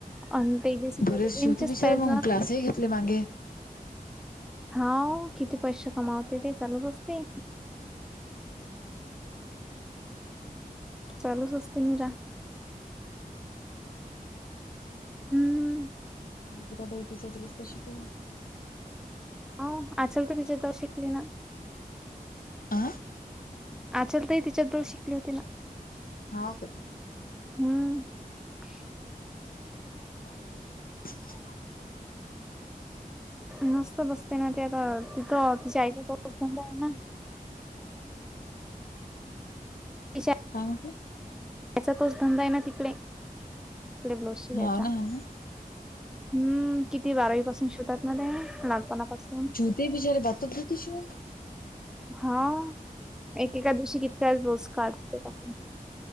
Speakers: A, in the centre; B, on the left.
A: आणि ते त्यांचेच
B: बरच शेवती बिचारी
A: पाहिजे
B: मग क्लासही घेतले मागें.
A: हा ओ, किती पैसे कमावते ते चालूच असते. चालूच असतें मीरा. हम्म.
B: त्या निकीताबाई तिच्याच बस्ता शिकवल्या.
A: औं, आसल तर तिच्या जवळ शिकली ना.
B: आं?
A: आचल ताई तिच्याच जवळ शिकली होती ना.
B: हाव काय?
A: हम्म. <inaudible>
B: <inaudible>
A: नसत बसते ना, ते आता तिथं <unintelligible> बोब आहे ना, <unintelligible>
B: काय म्हटला?
A: त्याचा तोच धंदा आहे ना तिकडे, तिकडे ब्लाऊज शिवायचा.
B: हाव ना हाव ना
A: हम्म किती बारावी पासून शिवतात ना, ते लहानपणापासन.
B: ते विषारे धातधुती शु. <unintelligible>
A: हा, एकेका दिवशी की <unintelligible> त्या रोज काढतो पण.